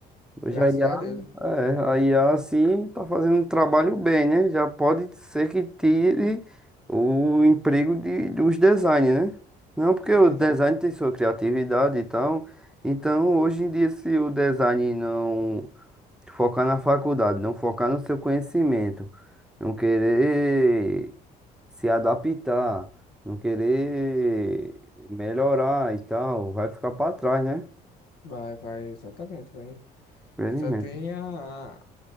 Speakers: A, in the centre; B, on the left.
A: Hoje
B: graças
A: a IA,
B: a Deus. então,
A: é, a IA assim tá fazendo um trabalho bem, né? Já pode ser que tire o emprego de, dos designers, né? Não, porque
B: É
A: o
B: verdade.
A: design tem sua criatividade e tal. Então, hoje em dia, se o design não focar na faculdade, não focar no seu conhecimento, não querer se adaptar, não querer melhorar e tal, vai ficar para trás, né?
B: Vai, vai, exatamente, vai.
A: Infelizmente.
B: Só tem a,